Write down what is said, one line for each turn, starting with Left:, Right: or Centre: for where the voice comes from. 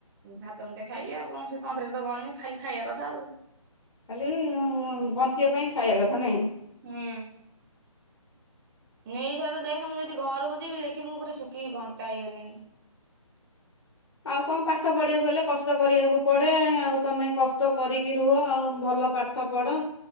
Right: ଭାତ ମୁଠାଏ ଖାଇଲି ଆଉ କଣ ସେ ତଣ୍ଟିରେ ତ ଗଲୁନି ଖାଲି ଖାଇବା କଥା ଆଉ।
Left: ଖାଲି ବଞ୍ଚିବା ପାଇଁ ଖାଇବା କଥା ନାଇଁ?
Right: ହୁଁ। ନେଇଥର ଦେଖା ମୁଁ ଯଦି ଘରକୁ ଯିବି ଦେଖି ମୁଁ ପୁରା ଶୁଖିକି କଣ୍ଟା ହେଇଗଲିଣି।
Left: ଆଉ କଣ ପାଠ ପଢିବାକୁ ହେଲେ କଷ୍ଟ କରିବାକୁ ପଡେ ଆଉ ତମେ କଷ୍ଟ କରିକି ରୁହ ଆଉ ଭଲ ପାଠ ପାଠ ପଢ।